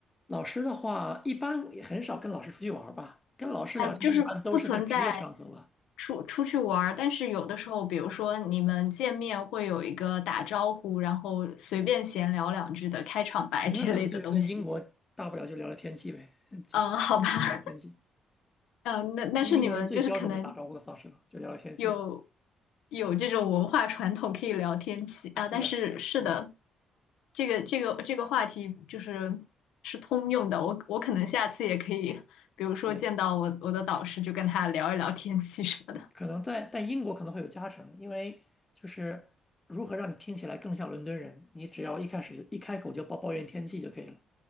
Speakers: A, on the left (about 20°); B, on the left (about 80°).
A: 老师的话，一般也很少跟老师出去玩儿吧，跟老师聊天一般都是在职业场合吧。
B: 哎，就是不存在出出去玩儿，但是有的时候，比如说你们见面会有一个打招呼，然后随便闲聊两句的开场白这类的东西。
A: 人家两个就觉得英国大不了就聊聊天气呗，<laughs> 就
B: 嗯，好吧，
A: 聊聊天气。
B: 嗯，那但是你们就是可能
A: 这是英国人最标准的打招呼的方式了，就聊聊天记
B: 有有这种文化传统可以聊天气啊，
A: 对呀，
B: 但是是的，
A: 嗯，
B: 这个这个这个话题就是是通用的，我我可能下次也可以，比如说见到我我的导师就跟他聊一聊天气什么的。
A: 对对，可能在但英国可能会有加成，因为就是如何让你听起来更像伦敦人，你只要一开始一开口就抱抱怨天气就可以了，